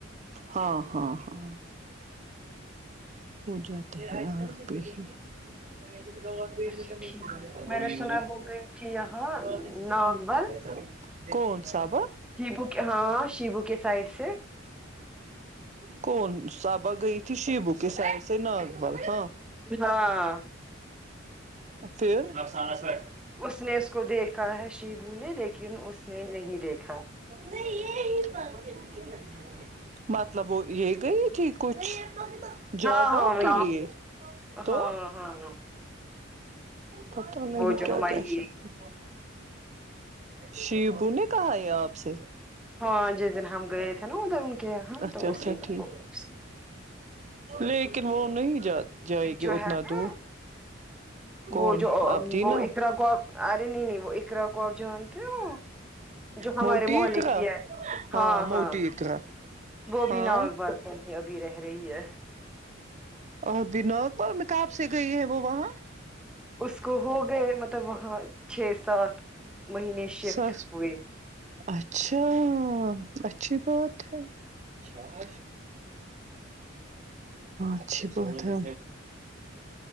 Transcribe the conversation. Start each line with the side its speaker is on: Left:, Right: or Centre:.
Right: ہاں ہاں ہاں ہو جاتے ہیں آگ پہ ہی <unintelligible>
Centre: اچھا ٹھیک میں نے سنا وہ گئی تھی یہاں ناگ بل
Right: کون سب
Centre: شیبو کے ہاں شیبو کے سائڈ سے
Right: کون صبہ گئی تھی شیبو کی سائڈ سے ناگبل ہاں
Centre: نباں
Right: فر <unintelligible>
Centre: اس نے اس کو دیکھا ہے شیبو نے لیکن اس نے نہیں دیکھا
Right: نہیں یہ مطلب وہ یہ گئی تھی کچھ جاب
Centre: ہاں
Right: واب
Centre: ہاں وہی
Right: کے لیے تو
Centre: ہاں ہاں ہاں
Right: پتہ نہیں
Centre: وہ جو
Right: کیا
Centre: ہماری
Right: کہہ
Centre: ایک
Right: سکتے شیبو نے کہا یہ آپ سے
Centre: ہاں جس دن ہم گئے تھے نا ادھر ان کے یہاں
Right: اچھا
Centre: تو
Right: اچھا
Centre: اسی دن
Right: ٹھیک
Centre: بولا اس نے
Right: لیکن وہ نہیں جا جائے گی
Centre: جو
Right: اتنا
Centre: ہے نا
Right: دور کون
Centre: وہ جو
Right: آپ دینا
Centre: وہ اکرا کو آپ آ رہے نہیں وہ اکرا کو جو ہے کیوں جو ہمارے
Right: موٹی
Centre: محلے
Right: اقرا
Centre: کی ہے ہاں
Right: موٹی
Centre: ہاں
Right: اقرا
Centre: وہ
Right: ہاں
Centre: بھی ناگ برسوں سے ابھی رہ رہی ہے
Right: اور دیناک پر میں کام سے گئی ہے وہ وہاں
Centre: اس کو ہو گئے مطلب وہاں چھ سات مہینے شفٹ
Right: سچ
Centre: ہوئے
Right: اچھا اچھی بات ہے ہاں اچھی بات ہے